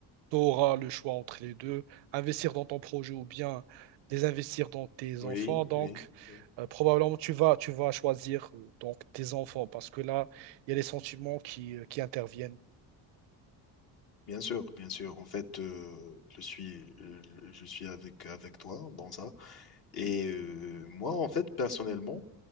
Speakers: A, on the right; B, on the left.
A: tu auras le choix entre les deux, investir dans ton projet ou bien les investir dans tes
B: Oui,
A: enfants. Donc,
B: oui, oui.
A: euh, probablement, tu vas, tu vas choisir euh, donc tes enfants parce que là, il y a les sentiments qui, euh, qui interviennent.
B: Bien sûr, bien sûr. En fait, euh, je suis, euh, je suis avec, avec toi dans ça. Et euh, moi, en fait, personnellement,